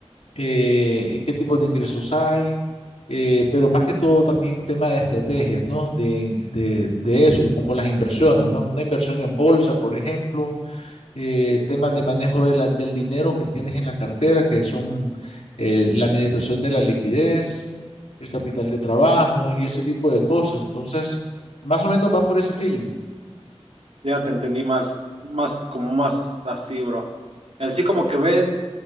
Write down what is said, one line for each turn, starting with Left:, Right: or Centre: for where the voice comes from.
Left: eh, qué tipo de ingresos hay, eh, pero más que todo también un tema de estrategias, ¿no? De, de, de eso, como las inversiones, ¿no? Una inversión en bolsa, por ejemplo, eh, temas de manejo de la- del dinero que tienes en la cartera, que son eh, la administración de la liquidez, el capital de trabajo y ese tipo de cosas. Entonces, más o menos va por ese feeling.
Right: Ya te entendí más, más, como más así, bro. En sí como que ven